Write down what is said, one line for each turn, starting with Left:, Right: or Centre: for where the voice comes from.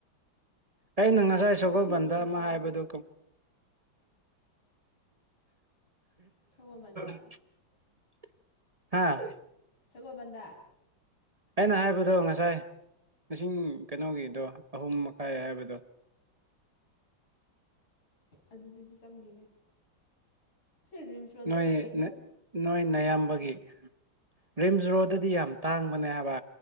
Right: ꯑꯩꯅ ꯉꯁꯥꯏ ꯁꯒꯣꯜꯕꯟꯗ
Left: ꯉꯁꯤꯗꯤ ꯌꯥꯝ
Right: ꯑꯃ
Left: ꯁꯥꯕ
Right: ꯍꯥꯏꯕꯗꯨ
Left: ꯑꯣꯏꯗꯦ ꯁꯒꯣꯜꯕꯟꯗ
Right: <unintelligible> ꯍꯥꯥ
Left: ꯁꯒꯣꯜꯕꯟꯗ
Right: ꯑꯩꯅ ꯍꯥꯏꯕꯗꯣ ꯉꯁꯥꯏ ꯂꯤꯁꯤꯡ ꯀꯩꯅꯣꯒꯤꯗꯣ ꯑꯍꯨꯝ ꯃꯈꯥꯏ ꯍꯥꯏꯕꯗꯣ
Left: ꯑꯗꯨꯗꯨꯗꯤ ꯆꯪꯒꯦꯍꯦ ꯑꯁꯤ ꯔꯤꯝꯁ ꯔꯣꯗꯒꯤ
Right: ꯅꯣꯏ
Left: ꯑꯃꯨꯛ
Right: ꯅꯣꯏ ꯅꯌꯥꯝꯕꯒꯤ ꯔꯤꯝꯁ ꯔꯣꯗꯗꯤ ꯌꯥꯝ ꯇꯥꯡꯕꯅꯦ ꯍꯥꯏꯕ